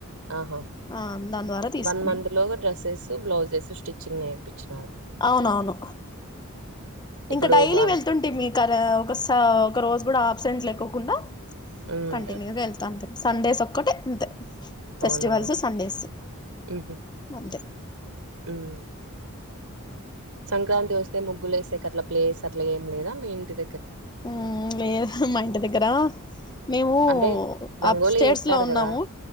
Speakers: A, on the right; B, on the left.
A: ఆహాహ
B: ఆ దాని ద్వారా తీసుకున్నాను
A: వన్ మంత్ లోగా డ్రెస్సెస్ బ్లౌజెస్ స్టిచ్ చి నేర్పిిచ్చి
B: అవునవును
A: ఇప్పుడు
B: ఇంకా డైలీ
A: బానే
B: వెళ్తుంటే మీకు అరా ఒకస ఒక రోజు కూడా అబ్సెంట్ లేకోకుండా
A: ఉమ్
B: కంటిన్యూగెళ్త అంతే సండేస్ ఒక్కటే అంతే ఫెస్టివల్స్
A: అవునా
B: సండేస్
A: ఉహు
B: అంతే
A: ఉమ్ సంక్రాంతి వస్తే ముగ్గులేసేకట్లా ప్లేస్ అట్లా ఏం లేదా మీ ఇంటి దగ్గర
B: మ్మ్ లేదుగా మంటి దగ్గరా మేము
A: అంటే రంగోలీ
B: ఆప్ స్టేట్స్లో
A: వేస్తారు
B: ఉన్నాము
A: కదా